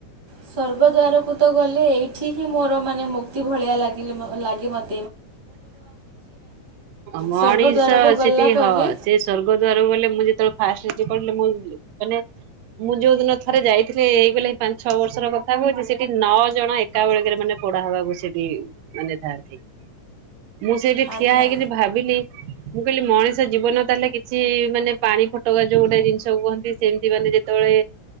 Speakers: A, on the right; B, on the right.
A: ସ୍ୱର୍ଗଦ୍ୱାରକୁ ତ ଗଲେ ଏଇଠି ହିଁ ମୋର ମାନେ ମୁକ୍ତି ଭଳିଆ ଲାଗିଲେ ଲାଗେ ମତେ।
B: ମଣିଷ
A: ସ୍ୱର୍ଗଦ୍ୱାରକୁ ଗଲା
B: ସେଠି
A: ପରେ
B: ହ ସେ ସ୍ଵର୍ଗଦ୍ଵାର ଗଲେ ମୁଁ ଯେତେବେଳେ ଫାଷ୍ଟ ଯିଏ କହିଲେ ମୁଁ ମାନେ ମୁଁ ଯୋଉ ଦିନ ଥରେ ଯାଇଥିଲି ହେଇଗଲାଣି ପାଞ୍ଚ ଛଅ ବର୍ଷର କଥା କୋହୁଛ ସେଠି ନଅ ଜଣ ଏକା ବେଳକରେ ମାନେ ପୋଡ଼ା ହବାକୁ ସେଠି ମାନେ ଥାଆନ୍ତି। ମୁଁ ସେଇଠି ଠିଆ
A: ଆଜ୍ଞା
B: ହେଇକିନି ଭାବିଲି। ମୁଁ କହିଲି ମଣିଷ ଜୀବନ ତାହେଲେ କିଛି ମାନେ ପାଣି ଫଟକା ଯୋଉ ଗୋଟେ ଜିନିଷ କୁହନ୍ତି ସେମତି ମାନେ ଯେତେବେଳେ